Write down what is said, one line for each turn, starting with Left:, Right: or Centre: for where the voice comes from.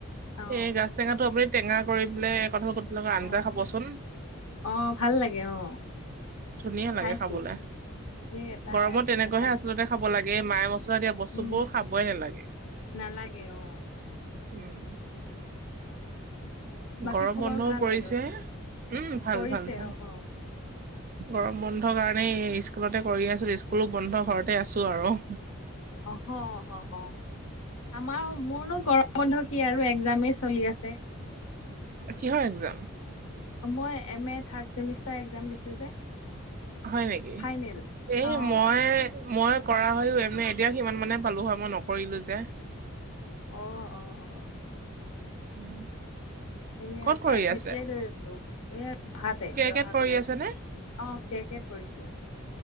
Left: অ
Right: এ গাজ, টেঙাটো আপুনি টেঙা কৰি পেলাই কঠাল গু, লগত আঞ্জা
Left: অ
Right: খাবচোন,
Left: অ ভাল লাগে অ
Right: ধুনীয়া
Left: খাইছো
Right: লাগে খাবলে
Left: সেই এটা
Right: গৰমত তেনেকুৱা
Left: এটা
Right: হে আচলতে খাব লাগে মায় মছ, লা দিয়া বস্তুবোৰ
Left: উম
Right: খাবই নালাগে,
Left: নালাগে অ
Right: উম
Left: বাকী
Right: গৰম
Left: খবৰ
Right: বন্ধও
Left: ভাল
Right: পৰিছে
Left: আৰু
Right: উম ভাল
Left: কৰিছে
Right: ভাল ভাল
Left: অ অ,
Right: গৰম বন্ধ কাৰণে স্কুলতে কৰি আছিলো স্কুলো বন্ধ ঘৰতে আছো আৰু,
Left: অহ অ অ আমাৰ মোৰনো গৰম বন্ধ কি আৰু এক্সাম মেই চলি আছে।
Right: কিহৰ একজাম?
Left: মই M A third semester exam দিছোঁ যে,
Right: হয় নেকি,
Left: ফাইনেল
Right: এই
Left: অ
Right: মই মই কৰা হয় উ এম এ এতিয়া সিমান মানে পালো হয় মই নকৰিলো যে।
Left: অ অ অ
Right: <inaudible>
Left: এয়া
Right: ক'ত কৰি
Left: প্ৰাইভেট
Right: আছে
Left: কৈ লৈ ললো, এয়া ৰবাতে
Right: কে
Left: ৰহা
Right: কেত কৰি
Left: কলেজ,
Right: আছে নে
Left: অঁ কে কেত কৰিছোঁ।